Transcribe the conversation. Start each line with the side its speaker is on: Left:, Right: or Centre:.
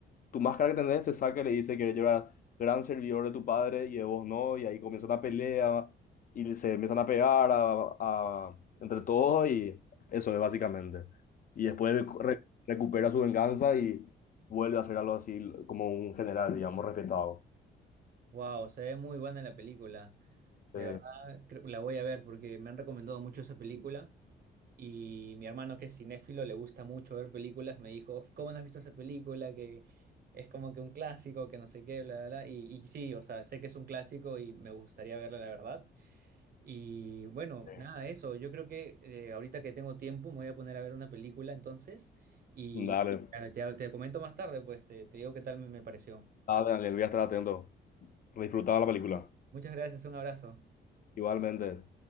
Left: tu máscara que tenés, se saca y le dice que yo era gran servidor de tu padre y de vos no. Y ahí comienza una pelea y se empiezan a pegar a, a- entre todos y eso es básicamente. Y después re- recupera su venganza y vuelve a ser algo así como un general, digamos, respetado.
Right: Wow, se ve muy buena la película.
Left: Sí.
Right: De verdad, creo- la voy a ver porque me han recomendado mucho esa película y mi hermano que es cinéfilo le gusta mucho ver películas, me dijo, ¿cómo no has visto esa película? Que es como que un clásico, que no sé qué, bla, bla, bla. Y, y sí, o sea, sé que es un clásico y me gustaría verla, la verdad. Y bueno,
Left: Sí.
Right: nada, eso. Yo creo que eh, ahorita que tengo tiempo me voy a poner a ver una película entonces y
Left: Dale,
Right: ah, te, te comento más tarde, pues te, te digo qué tal me me pareció.
Left: dale, Daniel, voy a estar atento. Disfrutaba la película.
Right: Muchas gracias, un abrazo.
Left: Igualmente.